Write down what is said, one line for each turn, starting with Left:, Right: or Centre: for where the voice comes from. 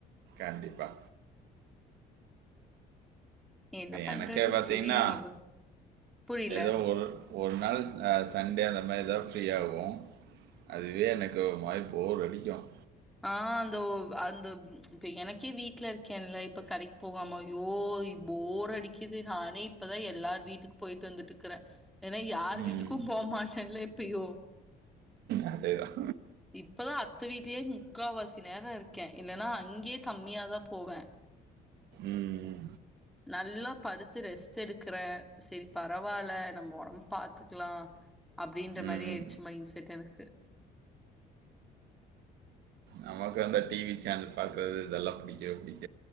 Right: கண்டிப்பா
Centre: என்ன பண்றது
Right: எனக்கே பாத்திங்கனா
Centre: செரி அவ புரில
Right: எதோ ஒரு ஒரு நாள் சண்டே அந்த மாரி ஏதோ ஃப்ரீயாகும் அதுவே எனக்கு வாய்ப்போ அடிக்கும்
Centre: ஆஹ் அ அந்த இப்ப எனக்கே வீட்டுல இருக்கேன்ல்ல இப்ப கடைக்கு போகாம யோ போர் அடிக்குது நானே இப்பதான் எல்லார வீட்டுக்கு போயிட்டு வந்துட்டு இருக்கிறேன் ஏன்னா யார்
Right: ம்.
Centre: வீட்டுக்கும் போமட்டேன்ல்ல இப்பயோ
Right: அதேதான்
Centre: இப்பதான் அத்த வீடலேயே முக்கால்வாசி நேரம் இருக்கேன் இல்லைன்னா அங்கேயே கம்மியாதான் போவேன்
Right: ம்.
Centre: நல்லா படுத்து ரெஸ்ட் எடுக்கறேன் சரி பரவாயில்ல நம்ம உடம்பு பாாரத்துக்கலாம் அப்படின்ற
Right: ம்.
Centre: மாதிரி ஆயிடுச்சு மைண்ட செட் எனக்கு
Right: நமக்கு வந்த டிவி சேனல் பார்க்குறது இதெல்லாம் புடிக்கவே புடிக்காது